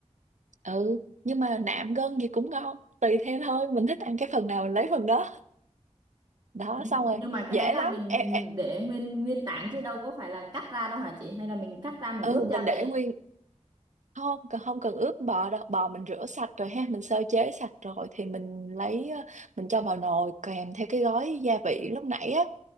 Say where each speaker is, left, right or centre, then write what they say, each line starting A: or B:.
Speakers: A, on the right; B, on the right.
A: ừ, nhưng mà nạm gân gì cũng ngon, tùy theo thôi, mình thích ăn cái phần nào mình lấy phần đó. Đó xong
B: nhưng
A: rồi,
B: mà cái
A: dễ
B: đấy là
A: lắm.
B: mình
A: Em, em
B: để nguyên nguyên tảng chứ đâu có phải là cắt ra đâu hả chị hay là mình cắt ra mình
A: ừ
B: ướp
A: mình
B: gia
A: để
B: vị
A: nguyên không cần không cần ướp bò đâu bò mình rửa sạch rồi ha mình sơ chế sạch rồi thì mình lấy ờ, mình cho vào nồi kèm theo cái gói gia vị lúc nãy á